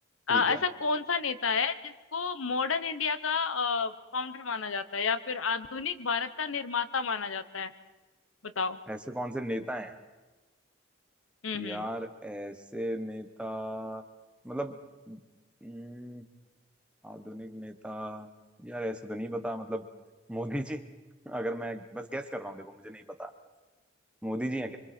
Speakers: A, on the left (about 90°); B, in the centre.
A: अ,
B: ठीक है
A: ऐसा कौन सा नेता है जिसको मॉडर्न इंडिया का फाउंडर माना जाता है या फिर आधुनिक भारत का निर्माता माना जाता है बताओ
B: ऐसे कौन से नेता हैं
A: हम्म
B: यार
A: हम्म
B: ऐसे नेता मतलब हम्म, आधुनिक नेता यार ऐसे तो नहीं पता मतलब मोदी जी <laughs> अगर मैं बस गैस कर रहा हूँ देखो मुझे नहीं पता मोदी जी हैं